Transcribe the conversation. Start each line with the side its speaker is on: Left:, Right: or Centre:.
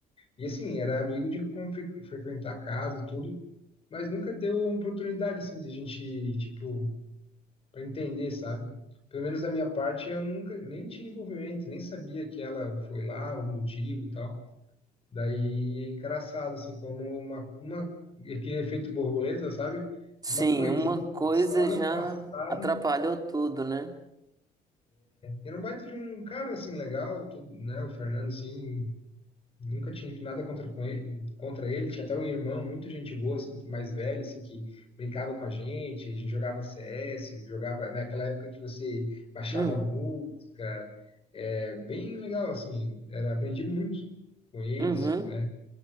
Left: E assim, era amigo de com- fre- frequentar a casa, tudo, mas nunca deu uma oportunidade assim de a gente, tipo, para entender, sabe? Pelo menos da minha parte, eu nunca nem tinha envolvimento, nem sabia que ela foi lá, o motivo e tal. Daí é engraçado, assim, como uma, uma aquele efeito borboleta, sabe?
Right: Sim,
Left: Uma coisinha
Right: uma coisa
Left: passa lá
Right: já
Left: no passado.
Right: atrapalhou
Left: né?
Right: tudo, né?
Left: E era um baita de um cara assim legal, tudo, né? O Fernando, assim, Nunca tive nada contra, com ele, contra ele. Tinha até um irmão muito gente boa, assim, que mais velho, assim, que brincava com a gente, a gente jogava CS, jogava naquela época que você baixava
Right: Hum.
Left: música. É bem legal, assim, era, aprendi muito com eles,
Right: Uhum.
Left: né?